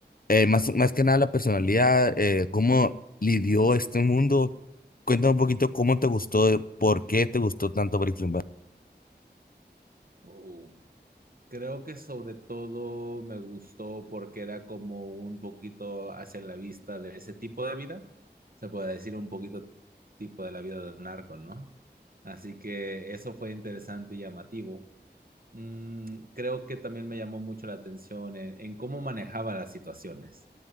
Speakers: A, on the left; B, on the right.
A: eh, más, más que nada la personalidad, eh, cómo lidió este mundo. Cuéntame un poquito cómo te gustó, por qué te gustó tanto Breaking Bad.
B: Uh, creo que sobre todo me gustó porque era como un poquito hacia la vista de ese tipo de vida. Se puede decir un poquito tipo de la vida del narco, ¿no? Así que eso fue interesante y llamativo. mm, creo que también me llamó mucho la atención en, en cómo manejaba las situaciones.